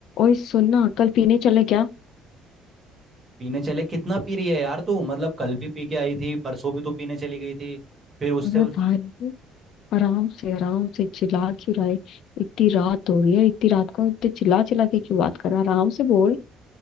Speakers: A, on the left; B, on the right.
A: ओए सुनना कल पीने चले क्या
B: पीने चले कितना पी रही है यार तू मतलब कल भी पी के आई थी परसों भी तू पीने चली गई थी फिर उससे
A: अरे
B: उस
A: भाई आराम से आराम से चिल्ला क्यों रहा है इतनी रात हो रही है इतनी रात को इतने चिल्ला चिल्ला के क्यों बात कर रहा है? आराम से बोल